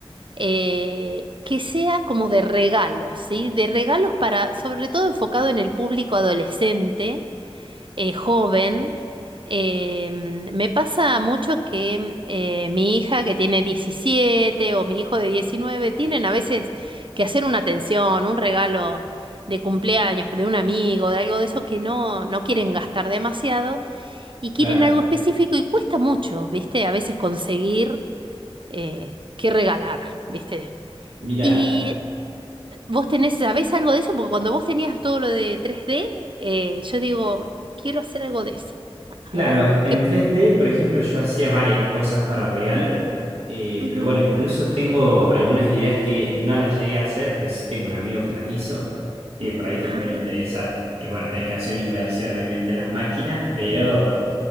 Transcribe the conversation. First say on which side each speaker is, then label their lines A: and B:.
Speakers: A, on the right (about 55°); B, on the right (about 85°).
A: eh, que sea como de regalos, ¿sí? De regalos para, sobre todo enfocado en el público adolescente, eh, joven. Eh, me pasa mucho que eh, mi hija que tiene 17 o mi hijo de 19 tienen a veces que hacer una atención, un regalo de cumpleaños, de un amigo, de algo de eso que no, no quieren gastar demasiado y quieren
B: Claro,
A: algo específico y cuesta mucho, ¿viste? A veces conseguir eh, qué regalar, ¿viste?
B: mira,
A: Y Vos tenés, ¿sabés algo de eso? Porque cuando vos tenías todo lo de tres d eh, yo digo, quiero hacer algo de eso. A
B: claro,
A: ver,
B: en
A: qué
B: 3D, por ejemplo, yo hacía varias cosas para regalo, eh,
A: ujú.
B: pero bueno, incluso tengo algunas ideas que no las llegué a hacer, pero sí tengo un amigo que las hizo, que por ahí te
A: Ah,
B: pueden interesar. Y bueno, tenés que hacer una inversión, obviamente, en las máquinas, pero,